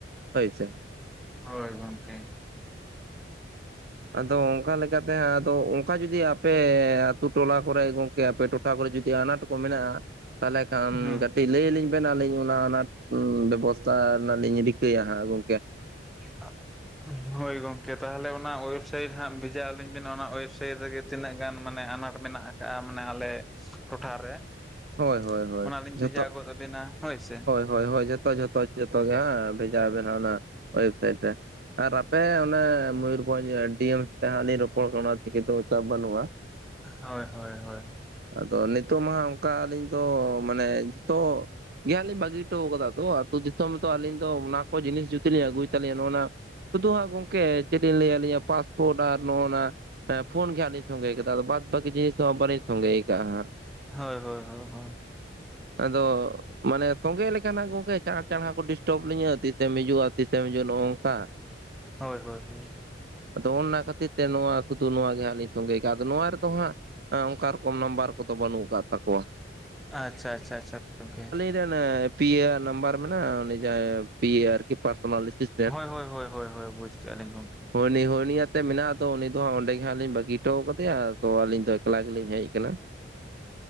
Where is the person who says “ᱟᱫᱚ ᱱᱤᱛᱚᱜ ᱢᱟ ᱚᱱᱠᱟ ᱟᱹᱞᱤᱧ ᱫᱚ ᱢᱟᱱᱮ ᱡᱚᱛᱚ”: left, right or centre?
Right